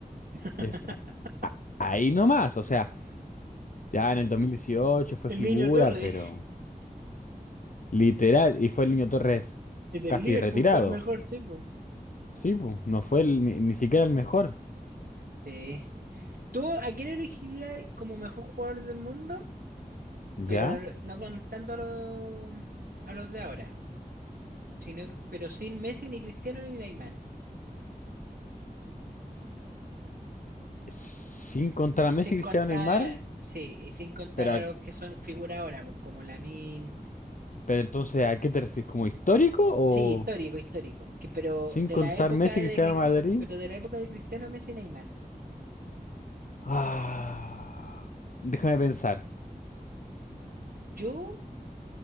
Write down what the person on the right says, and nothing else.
<laughs>
El
niño Torre
el del
Liverpool
fue el mejor, sí, po.
Sí. ¿Tú a quién elegirías como mejor jugador del mundo?
Pero no contando a los, a los de ahora, sino, pero sin Messi, ni Cristiano, ni Neymar.
Sin contar,
sí, y sin contar
a
los que son figura ahora, po, como Lamin
Sí, histórico, histórico. Que, pero
de
la época
de
Cristi-
pero de la época de Cristiano, Messi y Neymar.
Yo,